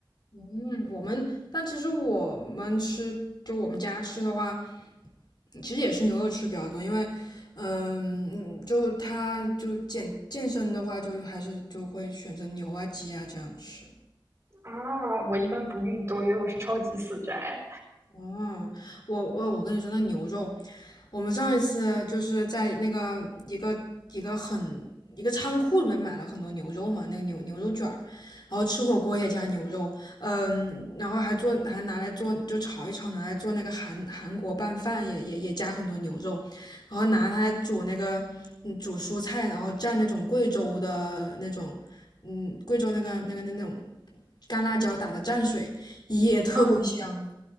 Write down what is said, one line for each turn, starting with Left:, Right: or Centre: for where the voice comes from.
Left: 嗯，我们但其实我们吃就我们家吃的话，其实也是牛肉吃比较多，因为嗯，就他就健健身的话，就还是就会选择牛啊鸡啊这样吃。
Right: 啊！我一般不运动，因为我是超级死宅。
Left: 哦，我我我跟你说，那牛肉，我们上一次就是在那个一个一个很一个仓库里面买了很多牛肉嘛，那个牛牛肉卷儿，然后吃火锅也加牛肉，嗯，然后还做还拿来做就炒一炒，拿来做那个韩韩国拌饭也也也加很多牛肉，然后拿它来煮那个嗯煮蔬菜，然后蘸那种贵州的那种嗯贵州那个那个那那种干辣椒打的蘸水也特别香。
Right: 嗯，